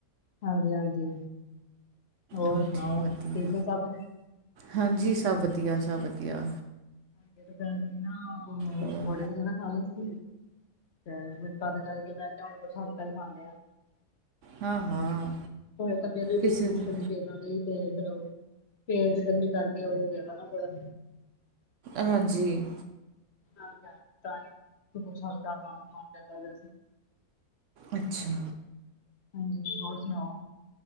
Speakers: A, on the left (about 55°); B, on the right (about 65°).
A: ਹਾਂਜੀ, ਹਾਂਜੀ। ਹੋਰ
B: ਅੱਛਾ
A: ਸੁਣਾਓ,
B: ਵਧੀਆ
A: ਠੀਕ ਨੇ ਸਭ?
B: ਹਾਂਜੀ, ਸਭ ਵਧੀਆ। ਸਭ ਵਧੀਆ।
A: <unintelligible>
B: ਹੋਰ
A: ਪਕੋੜੇ ਵਗੈਰਾ ਖਾਲੇ ਸੀ। ਤੇ ਤਦ ਕਰਕੇ ਮੈਂ ਕਹਯਾ ਹੁਨ ਕੁਛ ਹਲਕਾ ਹੀ ਖਾਣੇ ਆ।
B: ਹਾਂ, ਹਾਂ।
A: ਹੋਰ ਤਬੀਅਤ ਵੀ ਠੀਕ
B: ਕਿਸੇ
A: ਨੀ
B: ਦਿਨ
A: ਚਲਦੀ ਪਈ ਏ ਨਾ ਜੀ। ਫੇਰ ਬਣਾਓ ਫੇਰ ਗਰਮੀ ਕਰਕੇ ਉਹ ਗਿਆ ਨਾ ਥੋੜਾ
B: ਹਾਂਜੀ।
A: ਅੱਛਾ ਤਾਹਿ ਕੁਛ ਹਲਕਾ ਖਣ ਦਾ ਦਿਲ ਕਰਦਾ ਪਿਆਸੀ
B: ਅੱਛਾ।
A: ਹਾਂਜੀ, ਹੋਰ ਸੁਣਾਓ।